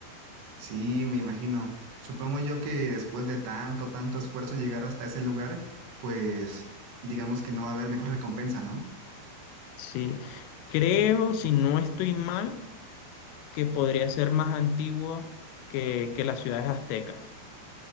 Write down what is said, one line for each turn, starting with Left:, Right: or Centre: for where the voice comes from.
Right: Sí, me imagino. Supongo yo que después de tanto, tanto esfuerzo llegar hasta ese lugar, pues digamos que no va a haber mejor <laughs> recompensa, ¿no?
Left: Sí, creo, si no estoy mal, que podría ser más antigua que, que las ciudades aztecas.